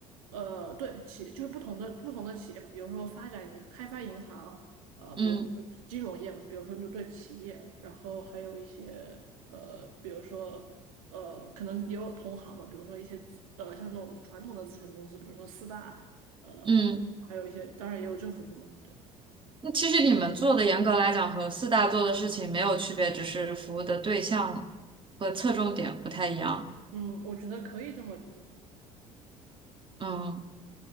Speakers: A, on the right; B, on the right.
A: 呃，对，企就是不同的不同的企业嘛，比如说发展银、开发银行，呃，
B: 嗯
A: 比如说金融业嘛，比如说就对企业，然后还有一些呃，比如说呃，可能也有同行嘛，比如说一些咨呃，像那种传统的咨询公司，比如说四大，呃，
B: 嗯，
A: 还有一些，当然也有政府部门，对，
B: 那其实你们做的严格来讲和四大做的事情没有区别，只是服务的对象和侧重点不太一样。
A: 嗯，我觉得可以这么理解，
B: 嗯，